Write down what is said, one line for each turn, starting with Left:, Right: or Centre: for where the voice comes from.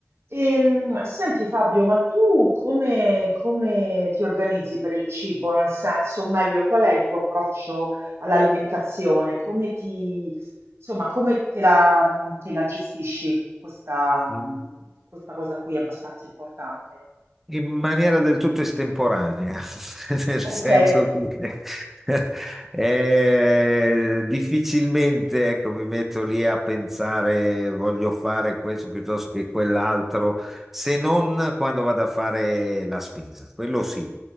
Right: Ehm, senti Fabio, ma tu come, come ti organizzi per il cibo? Nel senso, o meglio, qual è il tuo approccio all'alimentazione? Come ti, insomma, come te la, te la gestisci questa,
Centre: in,
Right: questa cosa qui è abbastanza importante.
Centre: in maniera del tutto estemporanea, <laughs> nel
Right: Ok,
Centre: senso che <laughs> eh, difficilmente, ecco, mi metto lì a pensare voglio fare questo piuttosto che quell'altro, se non quando vado a fare la spesa, quello sì.